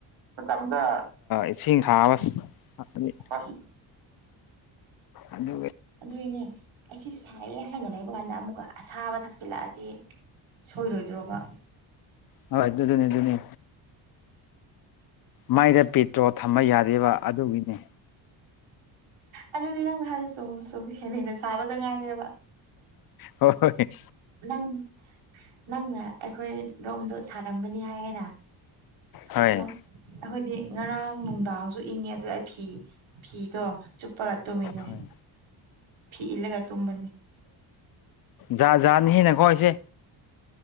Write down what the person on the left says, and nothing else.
ꯏꯁꯤꯡ ꯊꯥꯕ ꯦ
ꯑꯗ
ꯍ ꯑꯗꯨ ꯑꯗꯨꯅꯤ ꯑꯗꯨꯅꯤ ꯃꯥꯏꯗ ꯄꯤꯇ꯭ꯔꯣ ꯊꯝꯕ ꯌꯥꯗꯔꯤꯕ ꯑꯗꯨꯒꯤꯅꯤ
ꯍ ꯍꯣꯏ
ꯍꯣꯏ
ꯍꯣꯏ
ꯖꯥ ꯖꯥꯅꯤꯅꯀꯣ ꯑꯩꯁꯦ